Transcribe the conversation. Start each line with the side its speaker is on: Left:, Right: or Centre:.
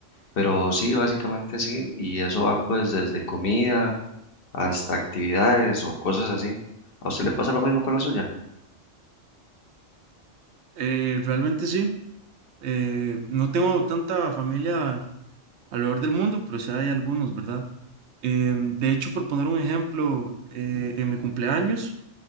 Left: Pero sí, básicamente sí, y eso va pues desde comida hasta actividades o cosas así. ¿A usted le pasa lo mismo con la suya?
Right: Eh, realmente sí, eh, no tengo tanta familia alrededor del mundo, pero sí hay algunos, ¿verdad? Em, de hecho, por poner un ejemplo, eh, en mi cumpleaños,